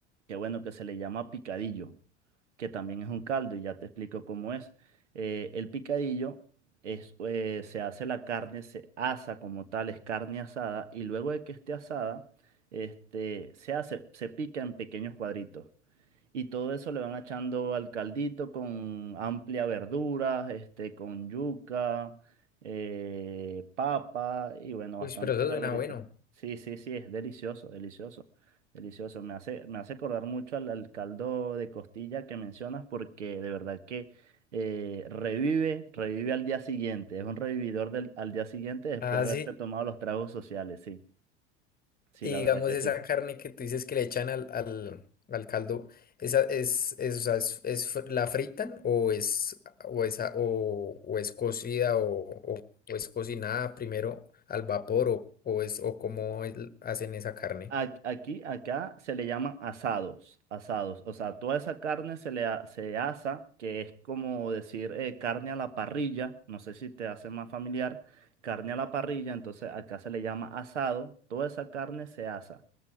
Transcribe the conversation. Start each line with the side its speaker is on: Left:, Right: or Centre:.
Right: que bueno, que se le llama picadillo, que también es un caldo, y ya te explico cómo es. Eh, el picadillo es, eh, se hace la carne, se asa como tal, es carne asada, y luego de que esté asada, este, se hace, se pica en pequeños cuadritos. Y todo eso le van echando al caldito con amplia verdura, este, con yuca, eh, papa y bueno, bastante
Left: Uy, pero eso
Right: verdurita.
Left: suena bueno.
Right: Sí, sí, sí, es delicioso, delicioso, delicioso. Me hace, me hace acordar mucho al, al caldo de costilla que mencionas porque de verdad que eh, revive, revive al día siguiente. Es un revividor del, al día siguiente después
Left: Ah,
Right: de
Left: sí.
Right: haberse tomado los tragos sociales, sí. Sí,
Left: Y
Right: la verdad
Left: digamos
Right: que
Left: esa
Right: sí.
Left: carne que tú dices que le echan al, al, al caldo, esa es, es, o sea, es, es fr- la fritan o es o es, a- o, o es cocida o, o, o es cocinada primero al vapor o, o es o cómo el- hacen esa carne.
Right: a- aquí, acá se le llaman asados, asados. O sea, toda esa carne se le a- se asa, que es como decir eh, carne a la parrilla. No sé si te hace más familiar. Carne a la parrilla, entonces acá se le llama asado. Toda esa carne se asa.